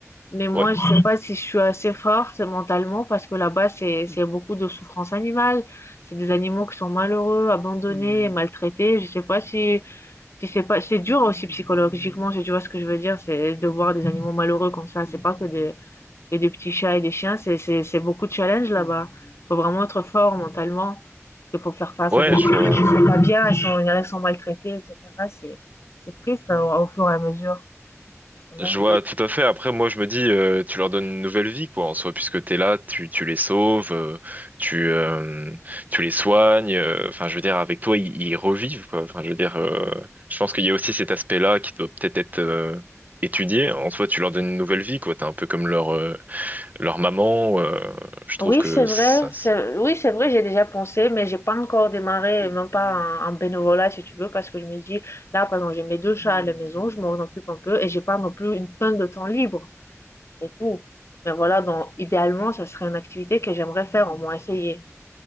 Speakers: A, on the left; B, on the right.
A: Mais moi,
B: Ouais,
A: je sais pas si je suis assez forte mentalement parce que là-bas, c'est c'est beaucoup de souffrance animale. C'est des animaux qui sont malheureux, abandonnés, maltraités. Je sais pas si si c'est pas c'est dur aussi psychologiquement. Si tu vois ce que je veux dire, c'est de voir des animaux malheureux comme ça. C'est pas que des que des petits chats et des chiens. C'est c'est c'est beaucoup de challenge là-bas. Faut vraiment être fort mentalement parce qu'il faut faire face
B: ouais,
A: à des animaux
B: je vois.
A: qui sont pas bien, ils sont, il y en a qui sont maltraités, etc. C'est c'est triste hein, au au fur et à mesure justement.
B: Je vois tout à fait. Après, moi, je me dis, euh, tu leur donnes une nouvelle vie, quoi, en soi, puisque t'es là, tu, tu les sauves, euh, tu, euh, tu les soignes. euh, Enfin, je veux dire, avec toi, ils, ils revivent, quoi. Enfin, je veux dire, euh, je pense qu'il y a aussi cet aspect-là qui doit peut-être être, euh, étudié. En soi, tu leur donnes une nouvelle vie, quoi. T'es un peu comme leur, euh, leur maman. euh, je trouve
A: Oui,
B: que
A: c'est vrai.
B: ça,
A: c'est-
B: ça-
A: Oui, c'est vrai, j'ai déjà pensé, mais j'ai pas encore démarré, même pas en, en bénévolat, si tu veux, parce que je me dis, là, par exemple, j'ai mes deux chats à la maison, je m'en occupe un peu et j'ai pas non plus une tonne de temps libre et tout. Mais voilà, donc, idéalement, ça serait une activité que j'aimerais faire, au moins essayer.